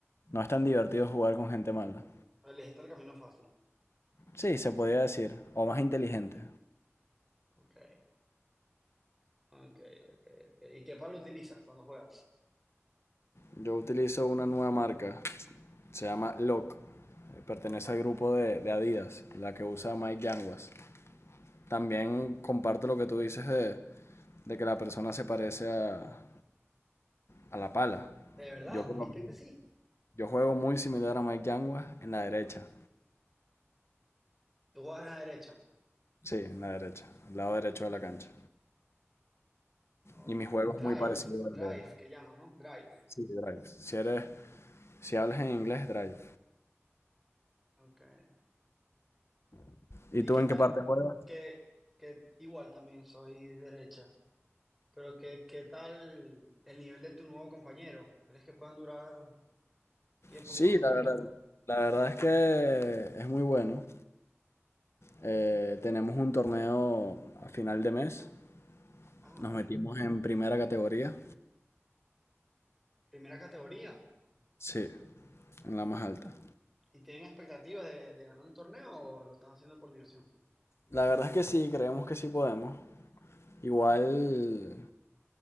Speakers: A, on the left (about 60°); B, in the centre.
A: No es tan divertido jugar con gente mala.
B: Elegiste el camino fácil.
A: Sí, se podría decir. O más inteligente.
B: Okay, okay, okay, okay. ¿Y qué palo utilizas cuando juegas?
A: Yo utilizo una nueva marca. Se llama Lock. Eh, Pertenece al grupo de, de Adidas, la que usa Mike Yanguas. También comparto lo que tú dices de, de que la persona se parece a, a la pala.
B: ¿De verdad?
A: Yo, por
B: ¿Viste
A: lo menos-
B: que sí?
A: yo juego muy similar a Mike Yanguas en la derecha.
B: Tú juegas en la derecha.
A: Sí, en la derecha, al lado derecho de la cancha.
B: Okay.
A: Y mi juego
B: Drive,
A: es muy parecido al
B: drive,
A: de,
B: que llaman, ¿no? Drive.
A: sí, de Drive. Si eres, si hablas en inglés, Drive.
B: Okay.
A: ¿Y
B: ¿Y
A: tú
B: qué
A: en
B: tal
A: qué parte juegas?
B: que, que igual también soy derecha? Pero qué, qué tal el nivel de tu nuevo compañero? ¿Crees que puedan durar tiempo
A: Sí,
B: jugando
A: la
B: juntos
A: verdad,
B: o no?
A: la verdad es que es muy bueno. Eh, tenemos un torneo a final de mes.
B: Ah,
A: Nos
B: vaya.
A: metimos en primera categoría.
B: Primera categoría.
A: Sí, en la más alta.
B: ¿Y tienen expectativas de, de ganar el torneo o lo están haciendo por diversión?
A: La verdad es que sí, creemos que sí podemos. Igual